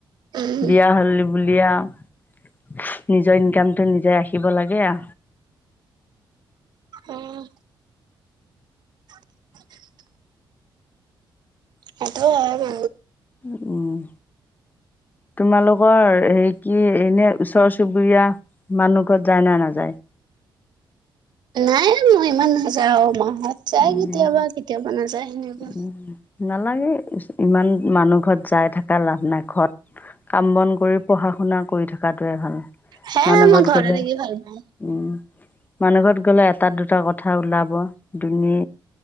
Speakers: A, on the right; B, on the left.
A: উম,
B: বিয়া হ'লে <unintelligible> আৰু নিজৰ ইনকামটো নিজে ৰাখিব লাগে আ।
A: উম। <inaudible> সেইটো হয়। <unintelligible>
B: উম উম। তোমালোকৰ হেৰি কি এনে ওচৰ চুবুৰীয়া মানুহ ঘৰত যায় না নাযায়।
A: নাই মই ইমান নাযাও <unintelligible> যায়
B: উম,
A: কেতিয়াবা, কেতিয়াবা নাযায় সেনেকুৱা।
B: উম। নালাগে, ইমান মানুহ ঘৰত যায় থাকা লাভ নাই ঘৰত কাম বন কৰি পঢ়া-শুনা কৰি থাকাটোৱে ভাল,
A: হে
B: মানুহ
A: মই
B: ঘৰত
A: ঘৰতে
B: গলে
A: থাকি ভাল পাওঁ।
B: উম, মানুহ ঘৰত গ'লে এটা দুটা কথা ওলাব দুনী